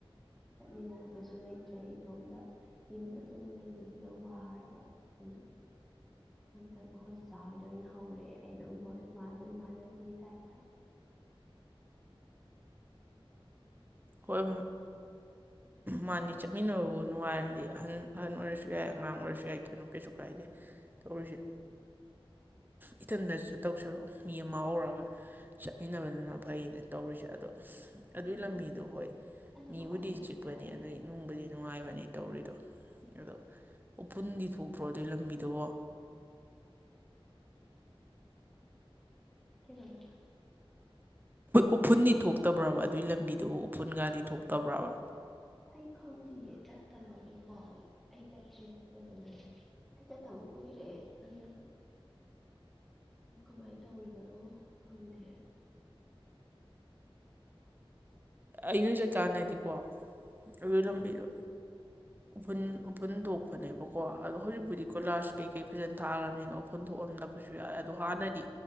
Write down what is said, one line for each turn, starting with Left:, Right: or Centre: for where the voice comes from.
Centre: ꯆꯠꯃꯤꯟꯅꯅꯕꯁꯨ ꯂꯩꯇ꯭ꯔꯦ ꯏꯇꯣꯝꯗ ꯌꯨꯝꯗ ꯑꯗꯨꯝ ꯂꯩꯕꯗꯨꯗ ꯋꯥꯔꯕ ꯑꯗꯨꯅ ꯑꯝꯇꯪ ꯑꯩꯈꯣꯏꯁꯨ ꯆꯥꯍꯣꯏꯗ ꯑꯣꯏꯅ ꯍꯧꯔꯛꯑꯦ ꯑꯩꯗꯣ ꯃꯣꯏ ꯃꯥꯗꯣ ꯏꯃꯥꯟꯅꯕꯤꯒꯤ ꯇꯥꯏꯞꯇ <unintelligible>
Right: ꯍꯣꯏ ꯃꯥꯅꯤ ꯆꯠꯃꯤꯟꯅꯕꯕꯨ ꯅꯨꯡꯉꯥꯏꯔꯗꯤ ꯑꯍꯟ ꯑꯍꯟ ꯑꯣꯏꯔꯁꯨ ꯌꯥꯏ ꯑꯉꯥꯡ ꯑꯣꯏꯔꯁꯨ ꯌꯥꯏ ꯀꯩꯅꯣ ꯀꯩꯁꯨ ꯀꯥꯏꯗꯦ ꯇꯧꯔꯤꯁꯦ ꯏꯊꯟꯗꯁꯨ ꯇꯧꯁꯜꯂꯛꯣ ꯃꯤ ꯑꯃ ꯍꯧꯔꯒ ꯆꯠꯃꯤꯟꯅꯕꯅꯤꯅ ꯐꯩꯅꯦ ꯇꯧꯔꯤꯁꯦ ꯑꯗꯣ ꯑꯗꯨꯏ
Centre: ꯎꯝ
Right: ꯂꯝꯕꯤꯗꯣ ꯍꯣꯏ
Centre: ꯑꯗꯣ
Right: ꯃꯤꯕꯨꯗꯤ
Centre: ꯃꯈꯣꯟ ꯌꯥꯝ
Right: ꯆꯤꯛꯄꯅꯤ
Centre: ꯄꯤꯛꯊꯈ꯭ꯔꯦ
Right: ꯑꯗꯨꯏ ꯅꯨꯡꯕꯨꯗꯤ ꯅꯨꯡꯉꯥꯏꯕꯅꯤ ꯇꯧꯔꯤꯗꯣ ꯑꯗꯣ ꯎꯐꯨꯟꯗꯤ ꯊꯣꯛꯇ꯭ꯔꯣ ꯑꯗꯨꯏ ꯂꯝꯕꯤꯗꯕꯣ
Centre: <unintelligible> ꯀꯗ ꯀ ꯊ
Right: ꯎꯐꯨꯟꯗꯤ ꯊꯣꯛꯇꯕ꯭ꯔꯕ ꯑꯗꯨꯏ ꯂꯝꯕꯤꯗꯨꯕꯨ ꯎꯐꯨꯟꯒꯗꯤ ꯊꯣꯛꯇꯕ꯭ꯔꯕ
Centre: ꯑꯩ ꯈꯪꯗꯤꯌꯦꯦ ꯆꯠꯇꯃꯒꯤ ꯑꯣ ꯑꯩ ꯆꯠꯇ꯭ꯔꯤꯕ ꯑꯗꯨꯗꯨꯅꯅꯦ ꯑꯩ ꯆꯠꯠꯇꯕ ꯀꯨꯏꯔꯦ ꯑꯗꯨꯅ ꯀꯃꯥꯏꯅ ꯇꯧꯔꯤꯕꯅꯣ ꯈꯪꯗꯦ
Right: ꯑꯩ ꯅꯣꯏ ꯆꯠꯀꯥꯟꯗꯗꯤꯀꯣ ꯑꯗꯨꯣꯏ ꯊꯝꯕꯤꯗꯣ
Centre: ꯎꯝ
Right: ꯎꯐꯨꯟ ꯎꯐꯨꯟ ꯊꯣꯛꯄꯅꯦꯕꯀꯣ ꯑꯗꯣ ꯍꯧꯖꯤꯛꯄꯨꯗꯤ ꯀꯣꯏꯂꯥꯥꯁ ꯀꯩꯀꯩ ꯐꯖꯅ ꯊꯥꯈꯔꯕꯅꯤꯅ ꯎꯐꯨꯟ ꯊꯣꯛꯑꯝꯗ ꯐꯕꯁꯨ ꯌꯥꯏꯦ ꯑꯗꯣ ꯍꯥꯟꯅꯗꯤ